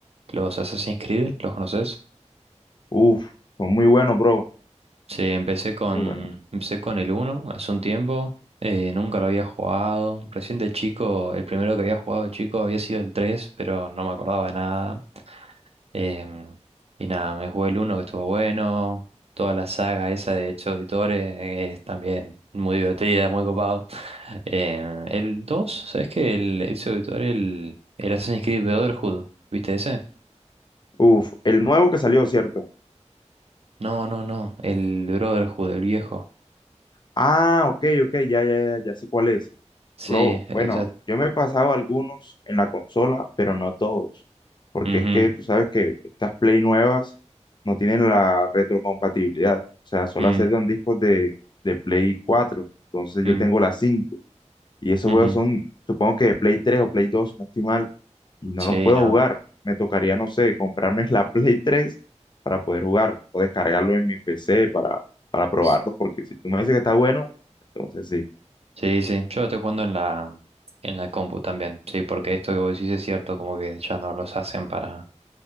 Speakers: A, on the right (about 55°); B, on the left (about 40°).
A: los Assassin's Creed, ¿los conoces?
B: Uf, son muy buenos, bro.
A: Sí, empecé con,
B: Muy buenos.
A: empecé con el uno hace un tiempo. eh, nunca lo había jugado. Recién de chico, el primero que había jugado de chico había sido el 3, pero no me acordaba nada. em, y nada, me jugué el uno que estuvo bueno. Toda la saga esa de Chouditore es también muy divertida, muy copado. <laughs> Em, el 2, ¿sabes qué? El, el Chouditore, el, el Assassin's Creed Brotherhood, ¿viste ese?
B: Uf, el nuevo que salió, ¿cierto?
A: No, no, no, el Brotherhood, el viejo.
B: Ah, ok, ok, ya, ya, ya, ya sé cuál es.
A: Sí,
B: Bro, bueno,
A: o sea,
B: yo me he pasado algunos en la consola, pero no todos. Porque
A: ujú,
B: es que tú sabes que estas Play nuevas no tienen la retrocompatibilidad. O sea, solo
A: mm.
B: aceptan discos de, de Play cuatro Entonces
A: Mm,
B: yo tengo la cinco Y esos
A: ujú.
B: juegos son, supongo que de Play 3 o Play 2, si no estoy mal, y no
A: Sí,
B: los puedo
A: no.
B: jugar. Me tocaría, no sé, comprarme <laughs> la Play 3 para poder jugarlo o descargarlo en mi PC para, para probarlo,
A: S-
B: porque si tú me dices que está bueno, entonces sí.
A: Sí, sí. Yo lo estoy jugando en la, en la compu también. Sí, porque esto que vos decís es cierto, como que ya no los hacen para